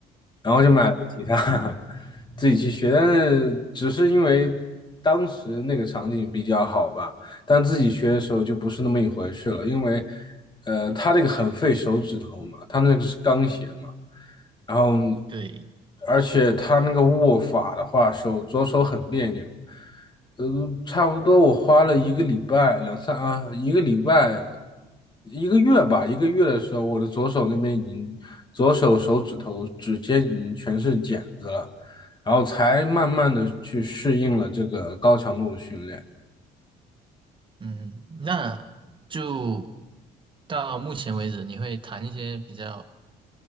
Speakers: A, on the left (about 25°); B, on the right (about 30°).
A: 然后就买了个吉他，<laughs> 自己去学。但是只是因为当时那个场景比较好吧，但自己学的时候就不是那么一回事了，因为，呃，他那个很费手指头嘛，他那个是钢弦嘛。然后
B: 对，
A: 而且他那个握法的话，手左手很别扭，呃，差不多我花了一个礼拜，两三啊，一个礼拜，一个月吧，一个月的时候，我的左手那边已经，左手手指头指尖已经全是茧子了，然后才慢慢的去适应了这个高强度的训练。
B: 嗯，那就到目前为止，你会弹一些比较